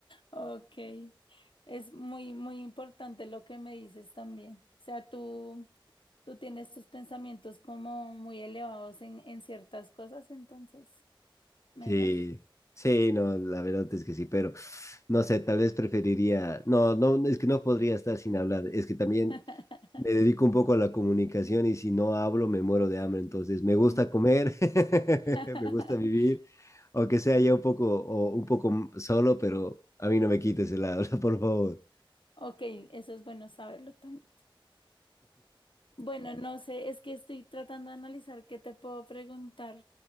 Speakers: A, on the left; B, on the left.
A: Ok. Es muy, muy importante lo que me dices también. O sea, tú, tú tienes tus pensamientos como muy elevados en, en ciertas cosas, entonces mejor.
B: Sí, sí, no, la verdad es que sí, pero no sé, tal vez preferiría... No, no, es que no podría estar sin hablar. Es que también
A: <laughs>
B: Me dedico un poco a la comunicación y si no hablo me muero de hambre, entonces me
A: Mm.
B: gusta comer, <laughs>
A: <laughs>
B: me gusta vivir, aunque sea ya un poco o un poco m- solo, pero a mí no me quites el habla, <laughs> por favor.
A: Ok, eso es bueno saberlo también. Bueno, no sé, es que estoy tratando de analizar qué te puedo preguntar.